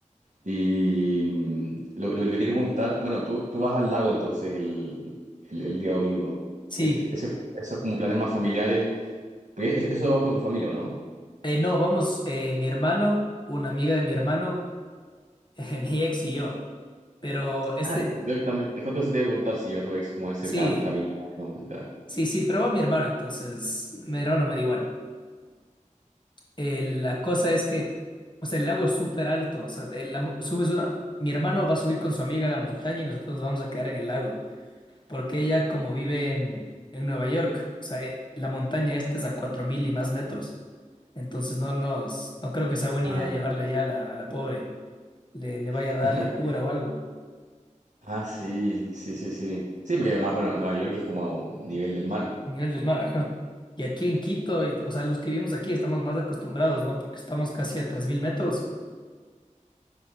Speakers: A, on the right; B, on the left.
A: Y mm, lo, lo- lo que te quería preguntar, bueno, tú, tú vas al lago entonces el, el- el día domingo.
B: sí,
A: Es- ese- esos como planes más familiares. Porque es- eso vas con tu familia, ¿o no?
B: eh, no, vamos, eh, mi hermano, una amiga de mi hermano, <laughs> mi ex y yo, pero ese,
A: Ah, Entonces también, es justo eso te iba a preguntar si iba tu ex como ese
B: sí.
A: plan familiar, como onda.
B: Sí, sí, pero va mi hermano, entonces mi hermano me da igual. Eh, la cosa es que, o sea, el lago es súper alto, o sea, el- la mo- subes una, mi hermano va a subir con su amiga a la montaña y nosotros nos vamos a quedar en el lago, porque ella como vive en, en Nueva York, o sea, eh, la montaña esta es a 4.000 y más metros, entonces no nos, no creo que sea buena
A: Ah.
B: idea llevarla allá a la, a la pobre, le, le
A: <laughs>
B: vaya a dar la altura o algo,
A: Ah, sí, sí, sí, sí. Sí, porque además, bueno, Nueva York es como a un nivel del mar.
B: nivel del mar, ajá. Y aquí en Quito, y- o sea, los que vivimos aquí estamos más acostumbrados, ¿no? Porque estamos casi a 3.000 metros.